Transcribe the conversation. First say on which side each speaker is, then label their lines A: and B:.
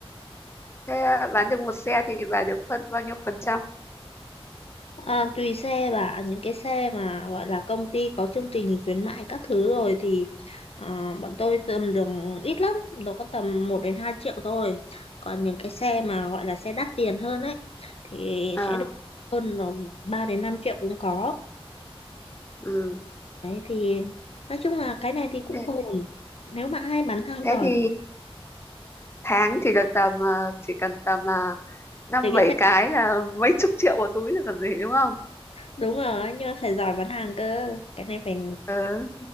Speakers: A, on the left (about 25°); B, on the left (about 70°).
A: Thế à, bán được một xe thì bà được phân bao nhiêu phần trăm?
B: À, tùy xe bà những cái xe mà gọi là công ty có chương trình khuyến mại các thứ rồi thì à, bọn tôi tầm được ít lắm đâu có tầm một đến 2 triệu thôi còn những cái xe mà gọi là xe đắt tiền hơn ấy thì
A: À,
B: sẽ được hơn là 3 đến 5 triệu cũng có
A: ừ.
B: đấy thì nói chung là cái này thì cũng
A: Thế,
B: ổn nếu bạn ai bán hàng
A: thế
B: giỏi
A: thì tháng thì được tầm ờ, chỉ cần tầm ờ, năm
B: thì
A: bảy
B: cái xe
A: cái là mấy chục triệu một túi là còn gì đúng không?
B: đúng rồi nhưng mà phải giỏi bán hàng cơ cái này phải
A: Ừ,